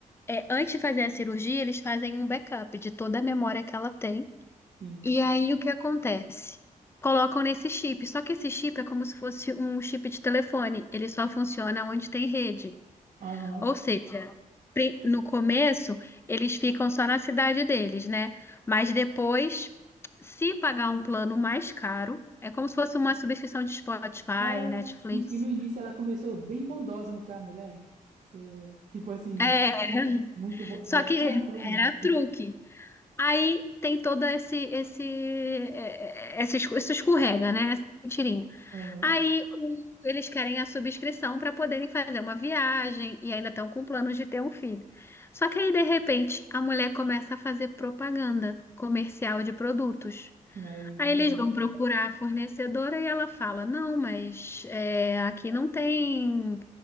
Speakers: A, on the left (about 15°); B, on the right (about 60°).
A: é, antes de fazer a cirurgia, eles fazem um backup de toda a memória que ela tem.
B: sim.
A: E aí o que acontece? Colocam nesse chip, só que esse chip é como se fosse um chip de telefone, ele só funciona onde tem rede.
B: Aham.
A: Ou seja, pri- no começo eles ficam só na cidade deles, né? Mas depois, se pagar um plano mais caro, é como se fosse uma subscrição de Spotify,
B: É.
A: Netflix.
B: E, e no início ela começou bem bondosa, não foi a mulher? Você, tipo assim,
A: É,
B: muito bondosa.
A: só que
B: Ah, tome.
A: era truque. Aí tem todo esse esse é, é, esse escu- isso escorrega, né? Essa Mentirinha.
B: Aham.
A: Aí o- eles querem a subscrição para poderem fazer uma viagem e ainda estão com planos de ter um filho. Só que aí, de repente, a mulher começa a fazer propaganda comercial de produtos.
B: Aí,
A: Aí
B: meu
A: eles
B: Deus.
A: vão procurar a fornecedora e ela fala: Não, mas é, aqui não tem.